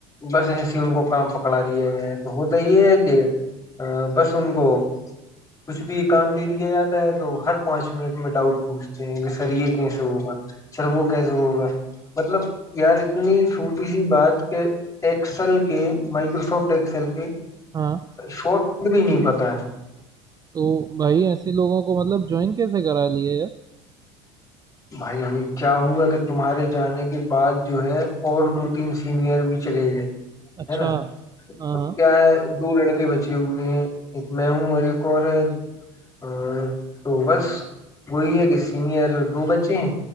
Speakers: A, on the left; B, on the right.
A: बस ऐसे ही उनको काम पकड़ा दिया गया है तो होता ये है कि अ, बस उनको कुछ भी काम दे दिया जाता है तो हर पांच मिनट में डाउट पूछते हैं कि सर ये कैसे होगा सर वो कैसे होगा मतलब यार इतनी छोटी सी बात के एक्सेल के माइक्रोसॉफ्ट एक्सेल के
B: हाँ
A: शॉर्ट भी नहीं पता है
B: तो भाई ऐसे लोगों को मतलब ज्वाइन कैसे करा लिए यार
A: भाई अभी क्या हुआ कि तुम्हारे जाने के बाद जो है और दो तीन सीनियर भी चले गए
B: अच्छा
A: है ना
B: हाँ
A: अब
B: हाँ
A: क्या है दो लड़के बचे हुए हैं एक मैं हूँ और एक और है अ, तो बस वही है कि सीनियर दो बच्चे हैं